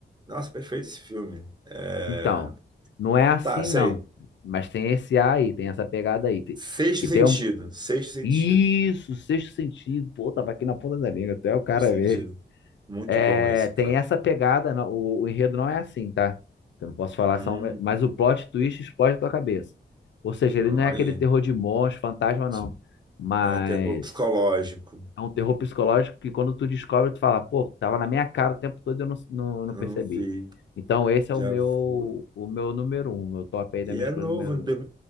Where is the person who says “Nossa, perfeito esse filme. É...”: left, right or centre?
Right